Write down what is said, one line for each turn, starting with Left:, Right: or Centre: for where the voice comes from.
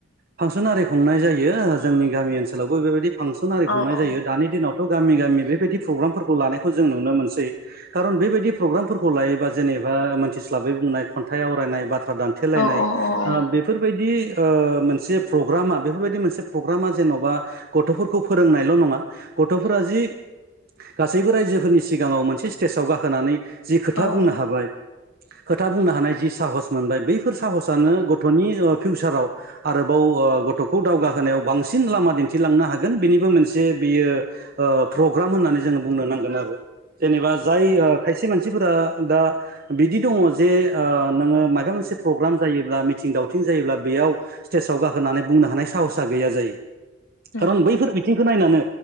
Right: फांसन आरि खुंनाय जायो जोंनि गामि ओनसोलावबो बेबायदि फांसन आरि खुंनाय
Left: औ औ
Right: जायो दानि दिनावथ' थ' गामि गामि बेबायदि प्रग्रामफोरखौ लानायखौ जों नुनो मोनसै खारन बेबायदि प्रग्रामफोरखौ लायोबा जेनेबा एबा मोनथिस्लाबै बुंनाय खन्थाइ आवरायनाय बाथ्रा दानथेलायनाय
Left: औ उम
Right: ओ बेफोरबायदि ओ मोन मोनसे प्रग्रामा बेफोरबायदि मोनसे प्रग्रामा जेन'बा गथ'फोरखौ फोरोंनायल' नङा गथ'फोरा जि जि गासैबो रायजोफोरनि सिगाङाव मोनसे स्टेजाव गाखोनानै जि खोथा
Left: औ ओ
Right: बुंनो हाबाय खोथा बुंनो हानाय जि साहस मोनबाय बैफोर साहसानो गथ'नि फिउचाराव आरोबाव ओ गथ'खौ दावगाहोनायाव बांसिन लामा दिन्थिलांनो हागोन बेनिबो मोनसे बियो ओ प्रग्राम होननानै जोङो बुंनो नांगोन आरो जेनेबा जाय खायसे मानसि सिफोरा दा बिदि दङ जे ओ नोङो माबा मोनसे प्रग्राम जायोब्ला मिथिं दावथिं जायोब्ला बेयाव स्तेजआव गाखोनानै बुंनो हानाय साहसआ गैया जायो।
Left: ओ
Right: खारन बैफोर बिथिं खौ नायनानै